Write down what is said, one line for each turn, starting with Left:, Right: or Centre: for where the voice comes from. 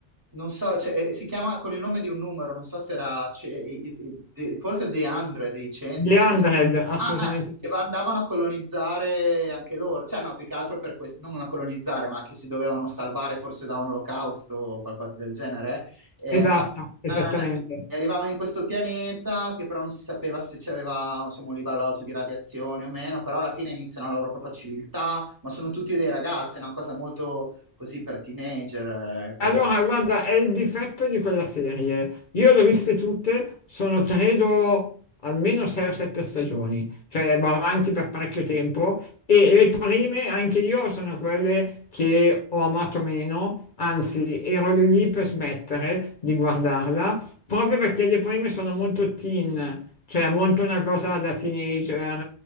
Right: non so, cioè, eh, si chiama con il nome di un numero, non so se era, ce- i- i- de- forse The 100, dei 100,
Left: The 100, assolutamente
Right: Ah, eh,
Left: sì.
Right: che va- andavano a colonizzare anche loro, cioè no, più che altro per questo, non a colonizzare, ma che si dovevano salvare forse da un olocausto o qualcosa del genere. E,
Left: Esatto,
Right: andav-
Left: esattamente.
Right: eh, e arrivavano in questo pianeta che però non si sapeva se c'aveva insomma, un livello alto di radiazioni o meno, però alla fine iniziano la loro propria civiltà, ma sono tutti dei ragazzi, è una cosa molto così per teenager, eh, questa-
Left: Allora, guarda, è il difetto di quella serie. Io le ho viste tutte, sono credo almeno 6 o 7 stagioni, cioè va avanti per parecchio tempo e le prime anche io sono quelle che ho amato meno, anzi ero lì lì per smettere di guardarla, proprio perché le prime sono molto teen, cioè molto una cosa da teenager